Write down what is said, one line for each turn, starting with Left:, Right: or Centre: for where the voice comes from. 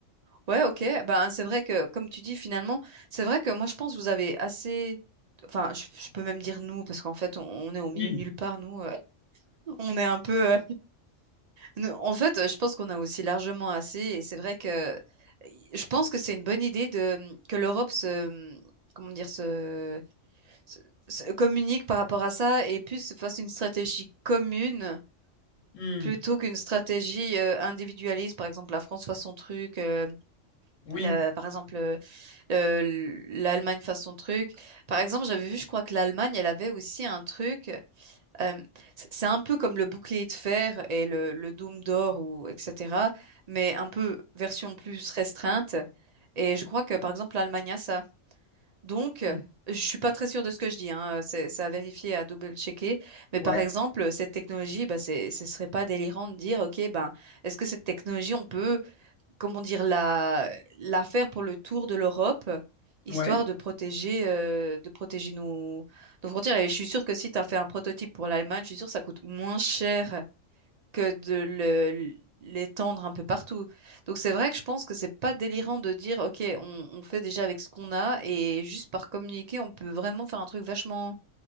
Right: Ouais, ok. Ben, c'est vrai que, comme tu dis, finalement, c'est vrai que moi, je pense que vous avez assez. Enfin, je, je peux même dire nous, parce qu'en fait, on, on est au milieu
Left: Oui,
Right: de nulle part, nous. euh, <laughs> on est un peu. euh, nous- en fait, euh, je pense qu'on a aussi largement assez. Et c'est vrai que euh, je pense que c'est une bonne idée de mmh, que l'Europe se. mmh, Comment dire, se, se- se communique par rapport à ça et plus se fasse une stratégie commune
Left: hmm,
Right: plutôt qu'une stratégie euh, individualiste. Par exemple, la France fasse son truc. euh,
Left: oui,
Right: le, par exemple. euh, l'Allemagne fasse son truc. Par exemple, j'avais vu, je crois que l'Allemagne, elle avait aussi un truc. euh, c- c'est un peu comme le bouclier de fer et le, le dôme d'or ou etc. Mais un peu version plus restreinte. Et je crois que par exemple l'Allemagne a ça. Donc,
Left: hmm,
Right: euh, je suis pas très sûre de ce que je dis. Hein. C'est c'est à vérifier, à double-checker. Mais
Left: ouais,
Right: par exemple, cette technologie, bah, c'est, ce serait pas délirant de dire, ok, ben, est-ce que cette technologie, on peut comment dire, la, la faire pour le tour de l'Europe, histoire
Left: ouais.
Right: de protéger, euh, de protéger nos, nos frontières. Et je suis sûre que si tu as fait un prototype pour l'Allemagne, je suis sûre que ça coûte moins cher que de le, l'étendre un peu partout. Donc c'est vrai que je pense que c'est pas délirant de dire, OK, on, on fait déjà avec ce qu'on a et juste par communiquer, on peut vraiment faire un truc vachement